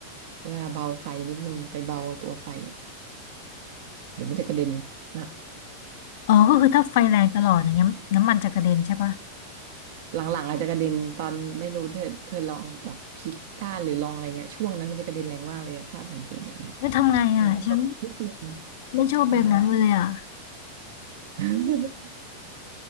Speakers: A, on the right; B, on the left.
A: เวลาเบาไฟนิดนึงไปเบาตัวไฟอะเดี๋ยวมันจะกระเด็นหนัก
B: อ๋อก็คือถ้าไฟแรงตลอดอย่างเงี้ยน้ำมันจะกระเด็นใช่ปะ
A: หลังๆอาจจะกระเด็นตอนไม่รู้เธอเธอลองแบบพลิกด้านหรือลองอะไรเงี้ยช่วงนั้นมันจะกระเด็นแรงมากเลยถ้าสังเกตอะไรเงี้ย
B: แล้วทำไงอะฉัน
A: แต่แบบนิดนึง
B: ไม่ชอบแบบนั้นเลยอะ
A: ใช่ <laughs>